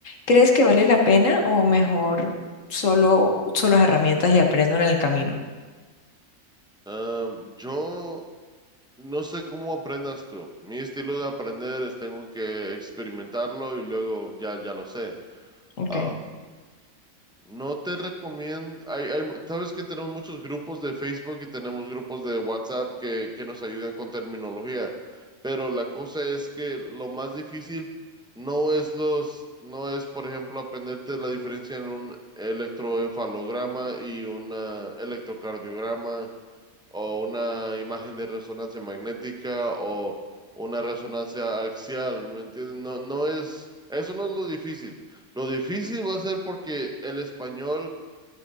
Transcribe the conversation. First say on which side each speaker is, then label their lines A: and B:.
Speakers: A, on the left (about 70°); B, in the centre.
A: ¿crees que vale la pena o mejor solo uso las herramientas y aprendo en el camino?
B: Am, yo No sé cómo aprendas tú. Mi estilo de aprender es tengo que experimentarlo y luego ya, ya lo sé.
A: Okay,
B: Am, no te recomiendo, hay, hay- sabes que tenemos muchos grupos de Facebook y tenemos grupos de WhatsApp que, que nos ayudan con terminología, pero la cosa es que lo más difícil no es los, no es, por ejemplo, aprenderte la diferencia en un electroencefalograma y un electrocardiograma o una imagen de resonancia magnética o una resonancia axial, ¿me entiendes? No, no es, eso no es lo difícil. Lo difícil va a ser porque el español